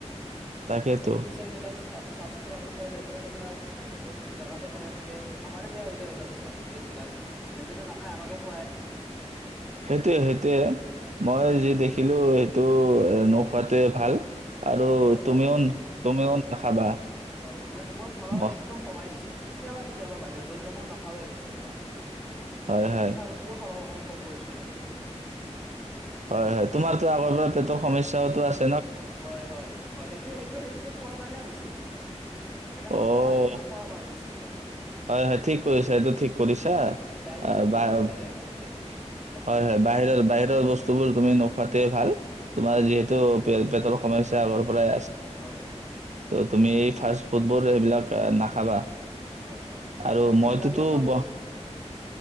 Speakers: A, on the right (about 80°); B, in the centre.
A: তাকেতো
B: কিটচেন বিলাক চাফ চুথৰা নথয় লেতৰা ফেতৰা বস্তু জাগাতে বনাই থাকে আমাৰে বেয়া হৈ যায় আৰু তাৰপিছত পেট বিলাক সেহেন্তেটো নাখায় আমাকে খুৱায়
A: সেইটোৱে সেইটোয়ে মই যি দেখি ছিলো সেইটো এ নোখোৱাটোৱে ভাল আৰু
B: নোখোৱাই ভাল
A: তুমিও
B: আৰু
A: তুমিও নাখাবা
B: হয় মই মই খাবা কাৰণে
A: অ
B: একদম কমাই দিছো কেতিয়াবা কেতিয়াবা বাহিৰত গলে ন মই নাখাওে বস্তুবিলাক
A: হয় হয়
B: মিঠা বস্তুও খোৱা অকণ কম কৰিছো আৰু
A: হয় হয় তোমাৰতো আগৰ পৰা পেটৰ সমস্যাও টো আছিল
B: হয় হয় হয় সেইটোৱে সেইটোৱে সেইটো খোৱা কাৰণে হৈছিল সেই কাৰণে
A: অ'।
B: মই কমাই দিছো নাখোৱা কৰি দিছো কুকুৰা
A: হয় হয় ঠিক কৰিছা এইটো ঠিক কৰিছা
B: ডাইজেচন প্ৰব্লেম
A: বা হয়
B: হৈ যায় গোটেই এইবিলাক খালে
A: হয় বাহিৰৰ বাহিৰৰ বস্তুবোৰ তুমি নোখোৱাটোৱে ভাল তোমাৰ
B: হয়
A: যিহেতু
B: হয়
A: পেটৰ সময় হৈছে আগৰ পৰাই
B: হয় হয়
A: ত তুমি এই ফ্ষ ফুটবল সেইবিলাক নাখাবা
B: হয় হয়
A: আৰু মইতোতো
B: এইবিলাক অকল
A: ব-